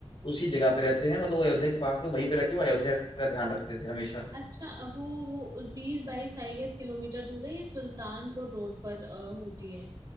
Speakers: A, on the left; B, on the right.
A: उसी जगह पे रहते हैं मतलब वो अयोध्या के पास में वहीं पे रह के वो अयोध्या का ध्यान रखते थे हमेशा
B: अच्छा अब वो वो बीस बाईस आई गेस किलोमीटर दूर है ये सुल्तानपुर रोड पर अ, होती है